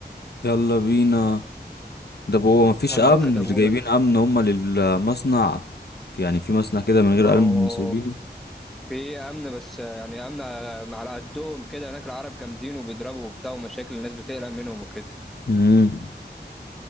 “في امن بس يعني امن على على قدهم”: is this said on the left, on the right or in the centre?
Centre